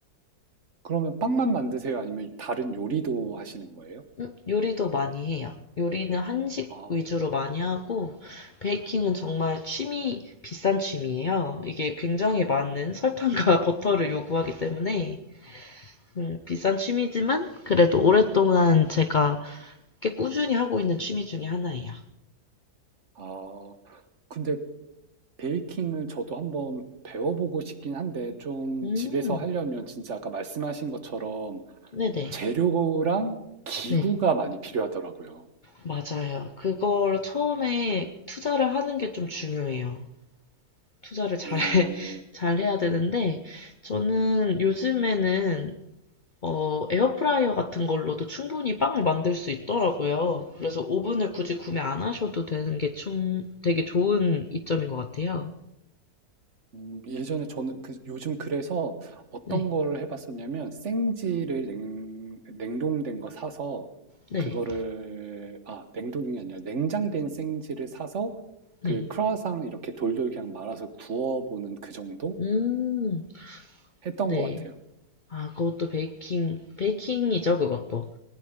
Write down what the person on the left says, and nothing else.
음, 요리도 많이 해요. 요리는 한식
위주로 많이 하고, 베이킹은 정말 취미, 비싼 취미예요. 이게 굉장히 많은 설탕과 <laughs> 버터를 요구하기 때문에, 음, 비싼 취미지만, 그래도 오랫동안 제가 꽤 꾸준히 하고 있는 취미 중에 하나예요.
음,
네네.
네.
맞아요. 그걸 처음에 투자를 하는 게 좀 중요해요. 투자를 잘,
<laughs> 잘 해야 되는데, 저는 요즘에는 어, 에어프라이어 같은 걸로도 충분히 빵을 만들 수 있더라고요. 그래서 오븐을 굳이 구매 안 하셔도 되는 게 충, 되게 좋은 이점인 것 같아요.
네,
네,
네.
음,
네.
아, 그것도 베이킹, 베이킹이죠, 그것도.